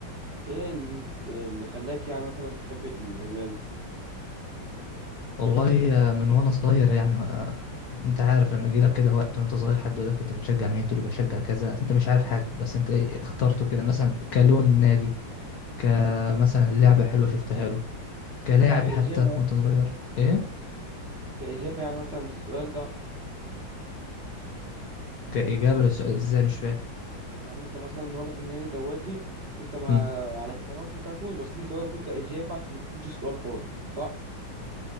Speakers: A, on the right; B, on the left.
A: ايه اللي, اللي خلاك يعني مثلا تحب الهلال؟
B: والله آه، من وأنا صغير يعني آه، أنت عارف لما يجيلك كده وقت وأنت صغير حد يقول لك أنت بتشجع مين تقول له بشجع كذا أنت مش عارف حاجة بس أنت إيه اخترته كده مثلا كلون نادي كمثلا لعبة حلوة شفتها له كلاعب
A: كإجابة
B: حتى وانت صغير ايه
A: كإجابة يعني مثلا للسؤال ده
B: كإجابة للسؤال ازاي مش فاهم
A: يعني انت مثلا واخد النادي دواتي انت ما
B: مم.
A: على كلامك ما تعرفوش بس انت واخده كإجابة عشان ما تسيبش السؤال فاضي صح؟